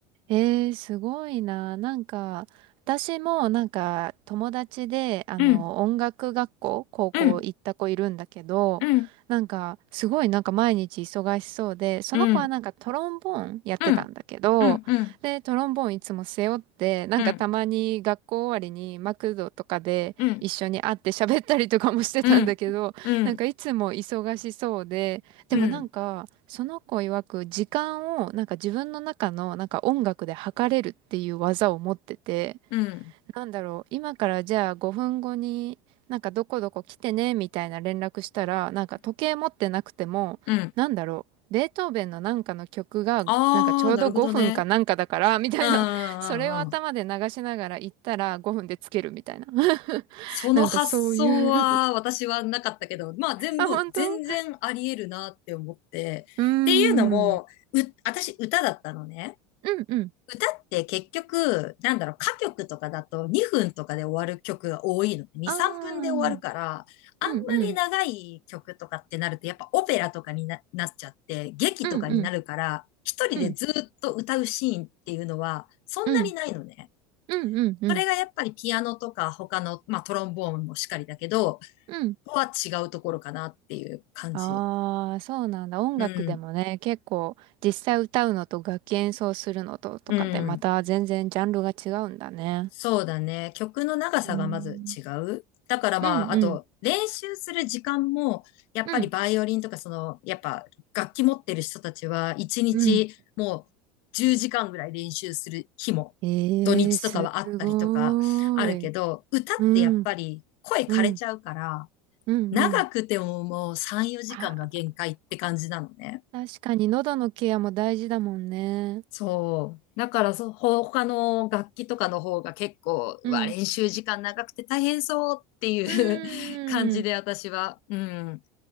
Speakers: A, on the right; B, on the left.
A: えー、すごいな。なんか、私もなんか友達で、あの、
B: うん、
A: 音楽学校、高校行った子いるんだけど、
B: うん。うん、
A: なんか、すごいなんか毎日忙しそうで、その子はなんかトロンボーンやってたんだけど、
B: うん、うん、うん、うん、
A: で、トロンボーンいつも背負って、なんかたまに学校終わりにマクドとかで一緒に会って喋ったりとかもしてたんだけど、
B: うん、うん、うん、うん、うん、
A: なんかいつも忙しそうで、でもなんか、
B: うん、
A: その子曰く時間をなんか自分の中のなんか音楽で測れるっていう技を持ってて、
B: うん、
A: なんだろう、今からじゃあ5分後になんかどこどこ来てねみたいな連絡したら、なんか時計持ってなくても、
B: うん。
A: なんだろう、ベートーベンのなんかの曲がなんかちょうど5分かなんかだからみたいな、
B: ああ、なるほどね。うん、うん、
A: それを頭で流しながら行ったら5分でつけるみたいな。
B: うん。
A: <laughs>
B: その発想は私はなかったけど、
A: なんかそういう
B: まあ全部、
A: <laughs> あ、本当う
B: 全然あり得るなって思って。
A: ーん。うん
B: っていうのも、う、私歌だったのね。
A: うん。
B: 歌って結局、なんだろう、歌曲とかだと2分とかで終わる曲が多いのね。2、
A: ああ。
B: 3分で終わるから、
A: うん
B: あんまり長い曲とかってなると、
A: うん。
B: やっぱオペラとかにな、なっちゃって、劇とかになるから、
A: うんうん。
B: 一人でずっと歌うシーンっていうのは、
A: うん
B: そんなにないのね。
A: うん。うんうんうん。
B: それがやっぱりピアノとか他の、まあトロンボーンもしかりだけど、
A: うん。
B: ここは違うところかなっていう感じ。
A: ああ、そうなんだ。音楽でもね、
B: うん。
A: 結構実際歌うのと楽器演奏するのととかでまた全然ジャンルが違うんだね。
B: うん。そうだね。曲の長さがまず違う。
A: うーん。
B: だからまあ、
A: うんうん。
B: あと、練習する時間も、やっぱりバイオリンとか、
A: うん。
B: その、やっぱ楽器持ってる人たちは、一日もう10時間ぐらい練習する日も、
A: うん。ええー、
B: 土日とかはあったりとかあるけど、
A: すごーい。
B: 歌ってやっぱり声枯れちゃうから、
A: うん。うん。うんうん。
B: 長くてももう3、4時間が限界って感じなのね。
A: あー、確かに喉のケアも大事だもんね。
B: そう。だからそ、他の楽器とかの方が結構、うわ、
A: うん。
B: 練習時間長くて大変そうっていう
A: うーん。
B: <laughs> 感じで私は、うん、